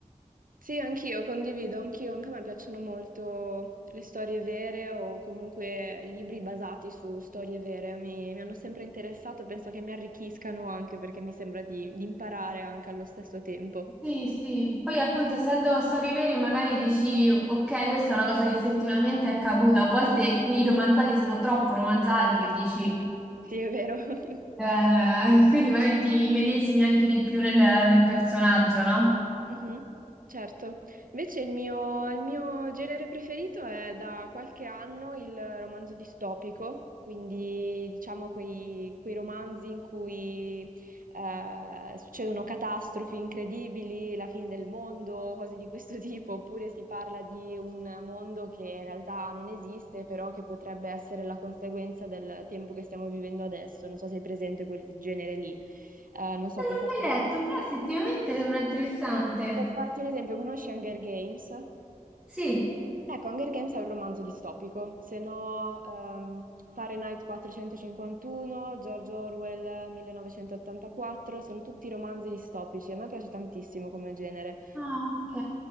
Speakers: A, on the right; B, in the centre.
A: sì, anch'io condivido, anch'io, anche a me piacciono molto le storie vere o comunque libri basati su storie vere, mi, mi hanno sempre interessato, penso che mi arricchiscano anche perché mi sembra di, di imparare anche allo stesso tempo.
B: Sì, sì, poi appunto essendo storie vere magari dici ok, questa è una cosa che effettivamente è accaduta, a volte quei romanzati sono troppo romanzati che dici,
A: Sì, è vero. <laughs>
B: eh, <laughs> quindi magari ti immedesimi anche di più nel, nel personaggio, no? Non
A: Mhm, certo. Invece il mio, il mio genere preferito è da qualche anno il romanzo distopico, quindi diciamo quei, quei romanzi in cui eh, succedono catastrofi incredibili, la fine del mondo, cose di questo <laughs> tipo, oppure si parla di un mondo che in realtà non esiste, però che potrebbe essere la conseguenza del tempo che stiamo vivendo adesso. Non so se hai presente quel genere lì. Eh, non so,
B: l'ho
A: per farti
B: mai
A: un'idea.
B: letto, però effettivamente sembra interessante.
A: Per farti un esempio, conosci Hunger Games?
B: Sì.
A: Ecco, Hunger Games è un romanzo distopico, se no ehm, Fahrenheit 451, George Orwell 1984, sono tutti romanzi distopici, a me piace tantissimo come genere.
B: Ah, ok.